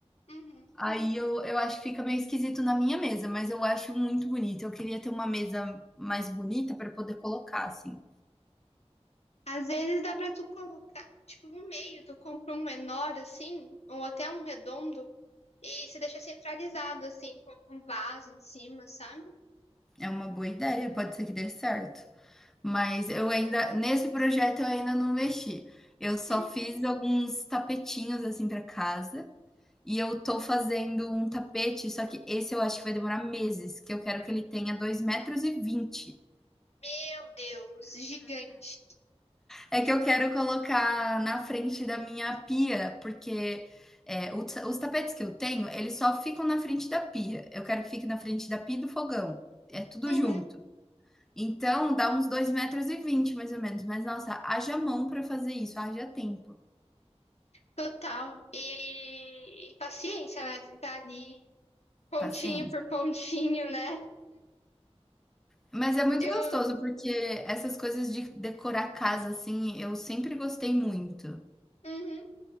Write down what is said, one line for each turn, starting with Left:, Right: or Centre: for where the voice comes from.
Left: uhum.
Centre: Aí eu, eu acho que fica meio esquisito na minha mesa, mas eu acho muito bonito. Eu queria ter uma mesa mais bonita para poder colocar, assim.
Left: Às vezes dá pra tu colocar, tipo, no meio, tu compra um menor assim, ou até um redondo, e você deixa centralizado, assim, com um vaso em cima, sabe?
Centre: É uma boa ideia, pode ser que dê certo. Mas eu ainda, nesse projeto eu ainda não mexi. Eu só
Left: Hum,
Centre: fiz alguns tapetinhos assim para casa. E eu tô fazendo um tapete, só que esse eu acho que vai demorar meses, que eu quero que ele tenha dois metros. e vinte.
Left: Meu Deus, gigante.
Centre: É que eu quero colocar na frente da minha pia, porque é, os, os tapetes que eu tenho, eles só ficam na frente da pia. Eu quero que fique na frente da pia e do fogão. É tudo
Left: Uhum.
Centre: junto. Então, dá uns dois metros, e vinte, mais ou menos. Mas, nossa, haja mão para fazer isso, haja tempo,
Left: Total. E, e paciência, né? Ficar ali Pontinho
Centre: paciência.
Left: por pontinho, né?
Centre: Mas é muito
Left: Eu.
Centre: gostoso, porque essas coisas de decorar a casa, assim, eu sempre gostei muito.
Left: Uhum.